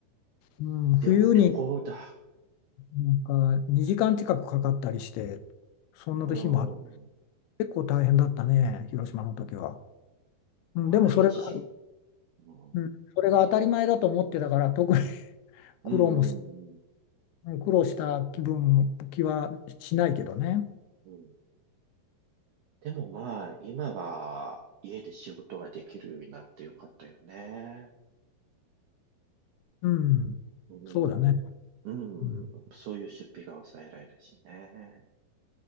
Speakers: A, on the left; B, on the right.
A: うん、冬に
B: 旅、旅行だ。
A: なんか2時間近くかかったりして、そんな日もあって、
B: うん。
A: 結構大変だったね、広島の時は。
B: まあ、
A: うん、でもそれが、
B: 一時、うん、
A: うん、それが当たり前だと思ってたから、特に <laughs>
B: うん、
A: 苦労もし、
B: うん
A: うん苦労した気分、気はしないけどね。
B: うん。でもまあ、今は家で仕事ができるようになってよかったよね。
A: うん、
B: うん。
A: そうだね。
B: うん。
A: うん、
B: そういう出費が抑えられるしね。